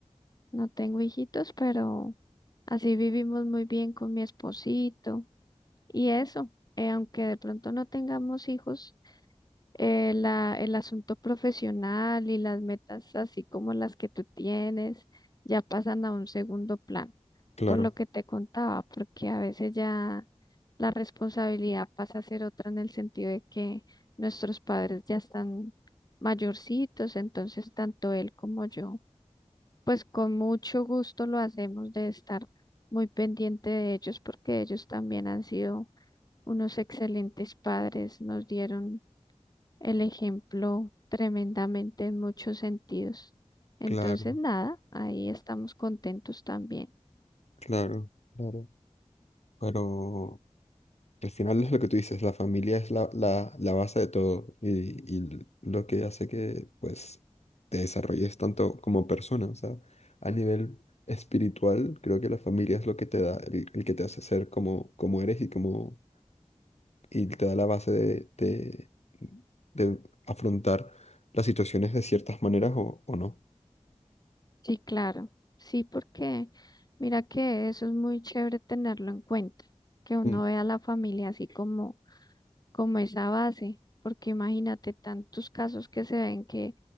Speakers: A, on the left; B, on the left.
A: no tengo hijitos, pero así vivimos muy bien con mi esposito. Y eso, eh, aunque de pronto no tengamos hijos, eh, la, el asunto profesional y las metas, así como las que tú tienes, ya pasan a un segundo plano,
B: Claro,
A: por lo que te contaba, porque a veces ya la responsabilidad pasa a ser otra en el sentido de que nuestros padres ya están mayorcitos, entonces tanto él como yo, pues con mucho gusto lo hacemos de estar muy pendiente de ellos, porque ellos también han sido unos excelentes padres nos dieron el ejemplo tremendamente en muchos sentidos. Entonces,
B: claro,
A: nada, ahí estamos contentos también.
B: claro, claro. Pero Al final es lo que tú dices, la familia es la, la, la base de todo y, y lo que hace que pues te desarrolles tanto como persona, o sea, a nivel espiritual creo que la familia es lo que te da, el, el que te hace ser como, como eres y como y te da la base de, de, de afrontar las situaciones de ciertas maneras o, o no.
A: Sí, claro, sí, porque mira que eso es muy chévere tenerlo en cuenta, que uno
B: Mm,
A: vea a la familia así como, como esa base, porque imagínate tantos casos que se ven que